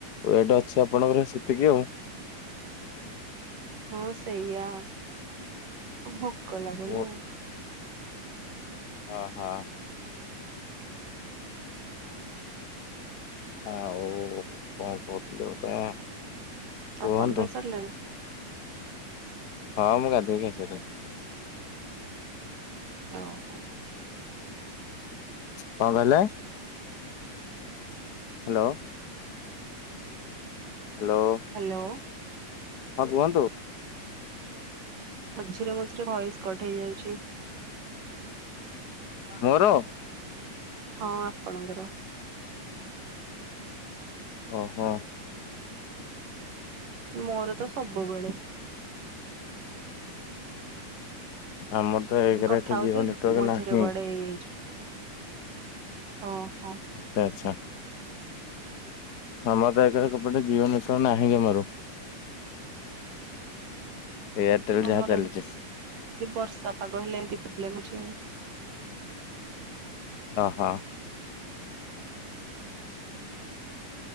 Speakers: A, on the left; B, on the right.
A: ୱଟ ଅଛି ଆପଣଙ୍କର ସେତିକି ଆଉ।
B: ହଁ ସେଇଆ ଭୋକ ଲାଗୁନି।
A: ମୁଁ ଓ ହଁ। ଆଉ କଣ କହୁଥିଲେ ଗୋଟେ। କୁହନ୍ତୁ
B: ଆପଣ ଖାଇ ସାରିଲେଣି?
A: ହଁ ମୁଁ ଗାଧେଇକି ଖାଇସାରିଲେଣି।
B: ଓ ହଉ।
A: କଣ କହିଲେ? ହ୍ୟାଲୋ ହ୍ୟାଲୋ
B: ହ୍ୟାଲୋ
A: ହଁ କୁହନ୍ତୁ।
B: ମଝିରେ ମଝିରେ ଭଏସ କଟ ହେଇ ଯାଉଛି।
A: ମୋର
B: ହଁ ଆପଣଙ୍କର।
A: ଓହୋ।
B: ମୋର ତ ସବୁବେଳେ।
A: ଆମର। ତ ଏକରେ
B: କଥା
A: ଏଠି
B: ହଉଥିଲେ
A: ଜିଓ ନେଟୱାର୍କ
B: ମଝିରେ
A: ନାହିଁ।
B: କୁଆଡେ ହେଇଯାଇଛି ଓହୋ।
A: ଆଚ୍ଛା ଆଚ୍ଛା ହ ଆମର ତ ଏପଟେ ଜିଓ ନେଟୱାର୍କ ନାହିଁ ଜମାରୁ ଏୟାରଟେଲ
B: ଆମର
A: ଯାହା ଚାଲିଛି।
B: ଏମିତି ବର୍ଷା ପାଗ ହେଲେ ଏମିତି ପ୍ରୋବେଲେମ ହେଉଛି ଆଉ
A: ଓ ହଁ।